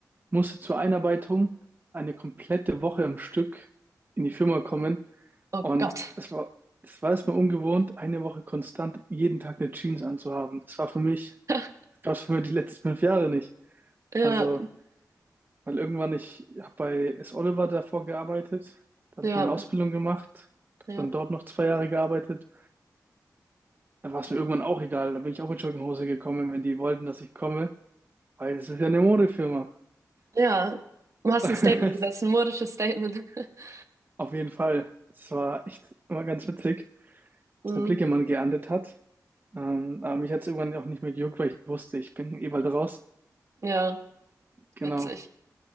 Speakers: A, on the right; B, on the right.
A: musste zur Einarbeitung eine komplette Woche im Stück in die Firma kommen
B: Oh
A: und
B: Gott.
A: das war, das war erstmal ungewohnt, eine Woche konstant jeden Tag eine Jeans anzuhaben. Das war für mich,
B: <laughs>
A: das gab es für mich die letzten fünf Jahre nicht.
B: Ja,
A: Also Weil irgendwann, ich habe bei S. Oliver davor gearbeitet, da hatte
B: ja,
A: ich meine Ausbildung gemacht, habe
B: ja.
A: dann dort noch zwei Jahre gearbeitet. Da war es mir irgendwann auch egal, da bin ich auch mit Jogginghose gekommen, wenn die wollten, dass ich komme, weil es ist ja eine Modefirma.
B: Ja, du hast
A: <laughs>
B: ein Statement gesetzt, ein modisches Statement. <laughs>
A: Auf jeden Fall, das war echt immer ganz witzig, was
B: Hm,
A: der Blicke man geerntet hat. Ähm, aber mich hat es irgendwann auch nicht mehr gejuckt, weil ich wusste, ich bin eh bald raus.
B: ja,
A: Genau.
B: witzig.